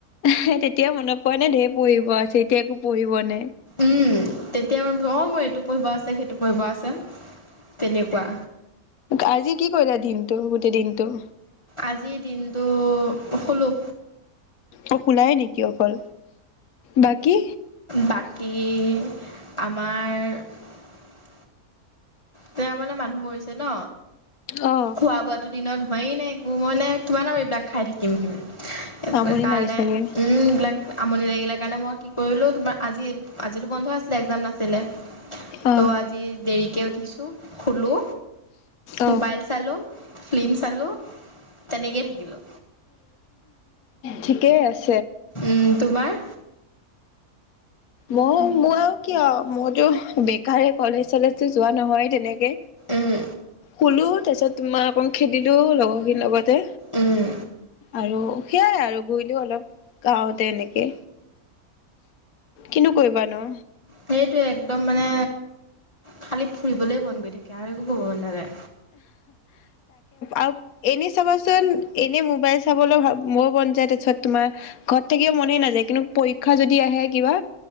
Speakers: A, on the left; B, on the left.
A: সেই তেতিয়াও মনত পৰে নে ঢেৰ পঢ়িব আছে এতিয়া একো পঢ়িব নাই
B: উম তেতিয়া বাৰু অঁ মোৰ এইটো পঢ়িব আছে সেইটো পঢ়িব আছে তেনেকুৱা
A: আজি কি কৰিলা দিনটো প্ৰতি দিনটো
B: আজিৰ দিনটো শুলো
A: অ সোলাই নেকি অকল বাকী
B: বাকী আমাৰ তে মানে মানুহ মৰিছে ন
A: অ
B: খোৱা বোৱাতো দিনত হোৱাই নাই মই নে কিমান আৰু এইবিলাক খাই থাকিম কিন্তু স
A: আমনি
B: কাৰণে
A: লাগে চাগে
B: উম এইবিলাক আমনি লাগিলে কাৰণে মই কি কৰিলোও তোমাৰ আজি আজিতো বন্ধ আছিলে একজাম নাছিলে
A: অ
B: তো' আজি দেৰিক কে উঠিছো শুলো
A: অ
B: মোবাইল চালো ফিল্ম চালোঁ তেনেকেই থাকিলোঁ
A: ঠিকে আছে
B: উম তোমাৰ
A: মই মোৰ আৰু কিয় মইতো বেকাৰে কলেজ কলেজো যোৱা নহয় তেনেকে
B: উম
A: শুলো তাৰিছত তোমাৰ অকণ খেলিলো লগৰখিনি লগত তে
B: উম
A: আৰু সেয়াই আৰু ঘূৰিলো অলপ গাওঁতে এনেকে কিনো কৰিবা নো
B: সেইটোৱ একদম মানে খালী ফুৰিবলৈ মন গৈ থাকে কে আৰু একো কৰিব মন নাযায়
A: আও এনে চাবাচোন এনে মোবাইল চাবলৈ মোৰ মন যায় তাৰপিছত তোমাৰ ঘৰত থাকিব মনেই নাযায় কিন্তু পৰীক্ষা যদি আহে কিবা